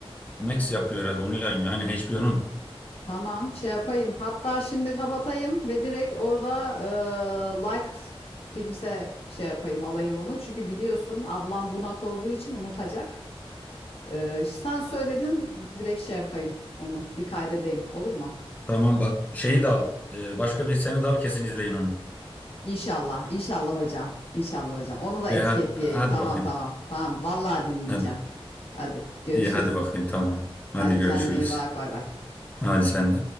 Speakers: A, on the left (about 15°); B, on the left (about 70°).
A: Max yapıyor herhalde onu yayınlıyor. Hani HBO'nun.
B: Tamam şey yapayım. Hatta şimdi kapatayım ve direkt orada eee, liked filmse şey yapayım alayım onu. Çünkü biliyorsun ablam bunak olduğu için unutacak. Ee, sen söyledin direkt şey yapayım onu bir kaydedeyim olur mu?
A: Tamam bak şeyi de al. E, başka bir seni de al kesin izleyin onu.
B: İnşallah, inşallah hocam, inşallah hocam. Onu da
A: E,
B: etiketleyeyim.
A: hadi, hadi
B: Tamam
A: bakayım.
B: tamam tamam. Vallahi dinleyeceğim.
A: Hadi.
B: Hadi görüşürüz.
A: İyi hadi bakayım tamam. Hadi
B: Hadi
A: görüşürüz.
B: kendine iyi bak. Bay bay.
A: Hadi sen de.